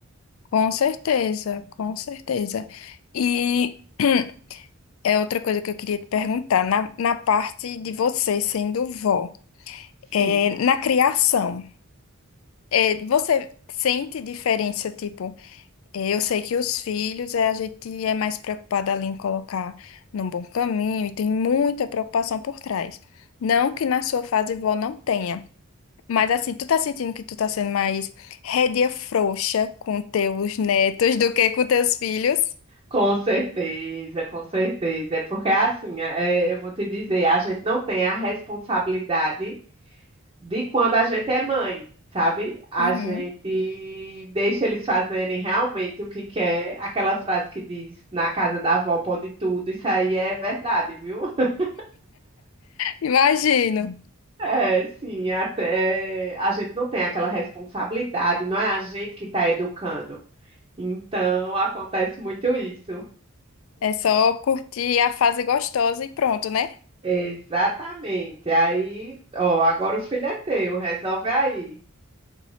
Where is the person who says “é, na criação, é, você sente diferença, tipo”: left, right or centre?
Left